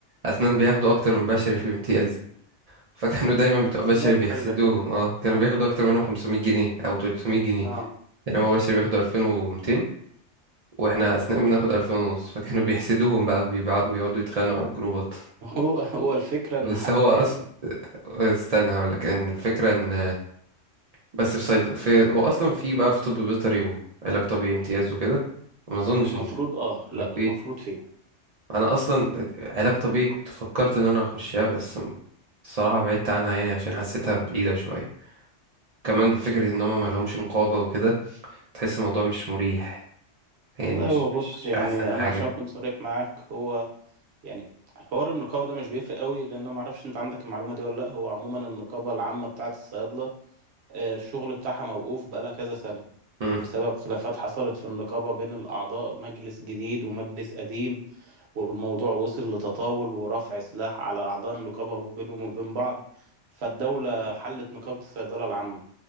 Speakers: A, on the right; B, on the right.
A: اسنان بياخدوا اكتر من بشري في الامتياز فكانوا دايما بتوع
B: سمعت
A: بشري بيحسدوهم
B: حاجة زي كده
A: اه كانوا بياخدوا اكتر منهم 500 جنيه او 300 جنيه
B: اه
A: يعني هو بشري بياخدوا 2200 واحنا اثناء بناخد ألفين ونص فكانوا بيحسدوهم بقى وبيقعدوا يتخانقوا على الجروبات
B: هو هو الفكرة إن
A: بس
B: حتى
A: هو اصلا
B: يعني
A: استنى هقول لك ان الفكره ان بس في صيد في هو اصلا في بقى في طب بيطري وعلاج طبيعي امتياز وكده ما اظنش
B: المفروض
A: ان في
B: آه
A: ولا
B: لأ
A: في
B: المفروض فيه
A: انا اصلا علاج طبيعي كنت فكرت ان انا اخشها بس الصراحه بعدت عنها يعني عشان حسيتها بعيده شويه كمان فكره ان هما ملهمش نقابه وكده تحس الموضوع مش مريح يعني
B: والله
A: مش
B: هو بص
A: مش مش
B: يعني
A: احسن حاجه
B: أنا عشان أكون صريح معاك هو يعني حوار النقابة ده مش بيفرق قوي لأن أنا معرفش أنت عندك المعلومة دي ولا لأ هو عموما النقابة العامة بتاعة الصيادلة آه، الشغل بتاعها موقوف بقالها كذا سنة
A: امم
B: بسبب خلافات حصلت في النقابة بين الأعضاء مجلس جديد ومجلس قديم والموضوع وصل لتطاول ورفع سلاح على أعضاء النقابة وبينهم وبين بعض فالدولة حلت نقابة الصيدلة العامة